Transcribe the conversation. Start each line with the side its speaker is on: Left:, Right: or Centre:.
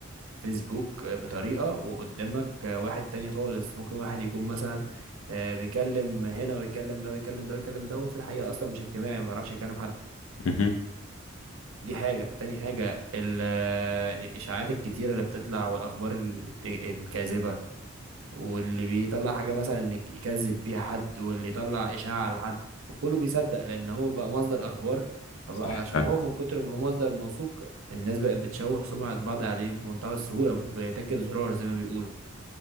Right: الفيسبوك بطريقة وقدامك واحد تاني خالص ممكن واحد يكون مثلا آه، بيكلم هنا ويكلم ده ويكلم ده ويكلم ده وفي الحقيقة أصلا مش اجتماعي ما بيعرفش يكلم حد
Left: مهم.
Right: دي حاجة تاني حاجة ال- آه، الإشاعات الكتيرة اللي بتطلع والأخبار اللي بت... الكاذبة واللي بيطلع حاجة مثلا انك يكذب بيها حد واللي يطلع إشاعة على حد وكله بيصدق لأن هو بقى مصدر أخبار فبقى
Left: صح
Right: عشان
Left: فعلا
Right: هو من كتر ما هو مصدر موثوق الناس بقت بتشوه سمعة بعض عليه بمنتهى السهولة بتاكد زرار زي ما بيقولوا